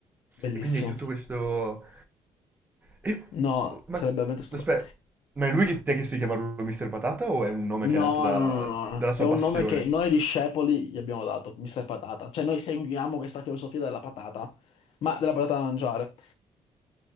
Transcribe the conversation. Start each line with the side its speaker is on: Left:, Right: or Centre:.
Left: Bellissimo.
Right: E quindi hai tutto questo... E-
Left: No,
Right: Ma,
Left: sarebbe veramente stupendo.
Right: aspetta, ma è lui che ti ha chiesto di chiamarlo Mister Patata o è un nome
Left: No,
Right: che è nato da-
Left: no, no, no, no.
Right: dalla sua
Left: È un
Right: passione?
Left: nome che noi discepoli gli abbiamo dato, Mr. Patata. Cioè, noi seguiamo questa filosofia della patata, ma della patata da mangiare.